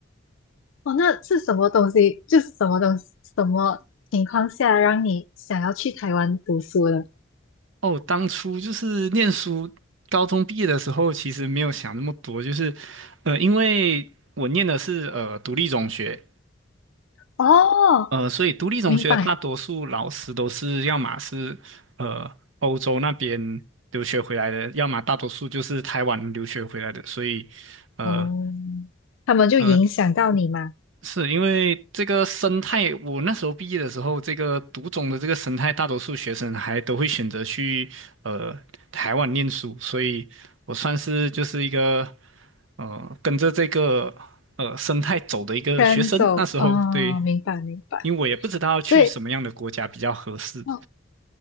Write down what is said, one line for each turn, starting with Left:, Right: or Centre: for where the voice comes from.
Left: 哦，那是什么东西？就是什么东西，什么情况下让你想要去台湾读书的？
Right: 哦，当初就是念书，高中毕业的时候，其实没有想那么多，就是，呃，因为我念的是呃独立中学，
Left: 哦
Right: 呃，所以独立中学大多数老师都是要么是呃欧洲那边留学回来的，
Left: 明白。
Right: 要么大多数就是台湾留学回来的，所以，呃。
Left: 哦，他们就影响到你嘛，
Right: 呃是因为这个生态，我那时候毕业的时候，这个读中的这个生态，大多数学生还都会选择去呃台湾念书，所以我算是就是一个呃跟着这个呃生态走的一个学生。
Left: 赶走。
Right: 那时候对，
Left: 哦，明白明白。
Right: 因为我也不知道去什么样的国家比较合适，
Left: 所以，哦，